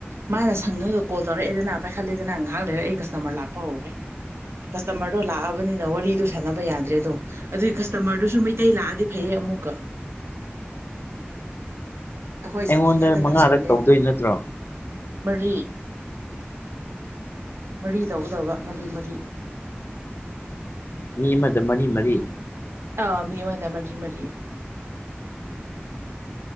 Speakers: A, on the right; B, on the left.
A: ꯃꯥꯅ ꯁꯪꯉꯒ ꯀꯣꯜ ꯇꯧꯔꯛꯑꯦꯗꯅ ꯄꯥꯏꯈꯠꯂꯦꯗꯅ ꯉꯥꯏꯍꯥꯛ ꯂꯩꯔꯦ ꯑꯩ ꯀꯁꯇꯃꯔ ꯂꯥꯛꯄ ꯍꯧꯔꯦ ꯀꯁꯇꯃꯔꯗꯣ ꯂꯥꯛꯑꯕꯅꯤꯅ ꯋꯥꯔꯤꯗꯣ ꯁꯥꯟꯅꯕ ꯌꯥꯗ꯭ꯔꯦꯗꯣ ꯑꯗꯨꯒꯤ ꯀꯁꯇꯃꯔꯗꯨꯁꯨ ꯃꯩꯇꯩ ꯂꯥꯛꯑꯗꯤ ꯐꯩꯌꯦ ꯑꯃꯨꯛꯀ ꯑꯩꯈꯣꯏ
B: ꯑꯩꯉꯣꯟꯗ
A: ꯖꯥꯇꯤ ꯉꯥꯛꯇ
B: ꯃꯉꯥꯔꯛ
A: ꯂꯥꯛꯁꯜꯂꯦ
B: ꯇꯧꯗꯣꯏ ꯅꯠꯇ꯭ꯔꯣ
A: ꯃꯔꯤ ꯃꯔꯤ ꯇꯧꯒꯗꯧꯕ ꯃꯔꯤ ꯃꯔꯤ
B: ꯃꯤ ꯑꯃꯗ ꯃꯔꯤ ꯃꯔꯤ
A: ꯑꯧ ꯃꯤꯃꯗꯥ ꯃꯔꯤ ꯃꯔꯤ